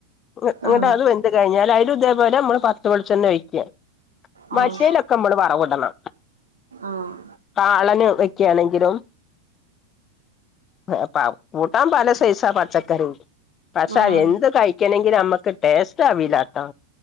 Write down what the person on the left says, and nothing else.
ങ്ങട്ട്
അതും വെന്ത് കഴിഞ്ഞാല്. അതും ഇതേപോലെ പച്ച വെളിച്ചെണ്ണ ഒഴിക്ക.
മറ്റയിലൊക്കെ മ്മള് വറവിടണം.
കാളന് വോ ഴിക്കാണെങ്കിലും വേപ്പാ കൂട്ടാൻ പല സൈസാ പച്ചക്കറി. പക്ഷെ
അത് ന്ത് കഴിക്കണെങ്ക ഇലും നമ്മക്ക് ടേസ്റ്റ് അവിലാട്ടൊ.